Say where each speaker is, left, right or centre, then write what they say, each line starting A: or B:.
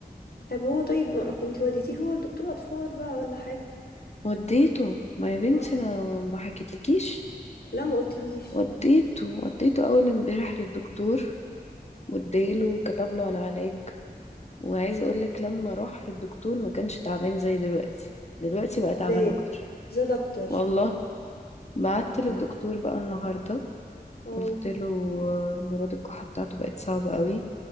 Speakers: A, on the left; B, on the left.
A: طب هو طيب ما كنت وديتيه هو لدكتور اطفال بقى ولا حاجه
B: وديته ما يا بنتي
A: اه
B: انا ما حكيتلكيش
A: لا ما قلتليش
B: وديته وديته اول امبارح للدكتور واداله كتب له على علاج وعايزه اقول لك لما راح للدكتور ما كانش تعبان زي دلوقتي دلوقتي بقى تعبان
A: زاد
B: اكتر
A: زاد اكتر
B: والله بعت
A: يعني
B: للدكتور بقى النهارده
A: اه
B: قلت له آه، مراد الكحه بتاعته بقت صعبه قوي